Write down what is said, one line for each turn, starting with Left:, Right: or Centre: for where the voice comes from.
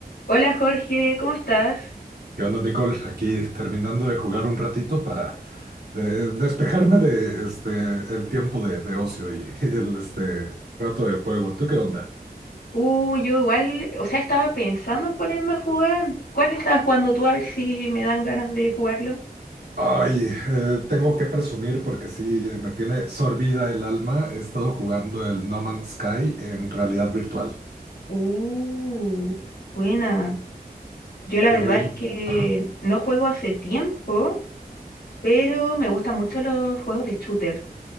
Left: Hola Jorge, ¿cómo estás?
Right: ¿Qué onda, Nicole? Aquí terminando de jugar un ratito para eh, despejarme de este el tiempo de, de ocio y, <laughs> el este rato de juego. ¿Tú qué onda?
Left: Uh, yo igual, o sea, estaba pensando en ponerme a jugar. ¿Cuál estabas jugando tú? A ver si me dan ganas de jugarlo.
Right: Ay, eh, tengo que presumir porque sí eh, me tiene sorbida el alma. He estado jugando el No Man's Sky en realidad virtual.
Left: Uh, buena. Yo la
Right: Eh,
Left: verdad
Right: me-
Left: es que
Right: ajá,
Left: no juego hace tiempo, pero me gustan mucho los juegos de shooter.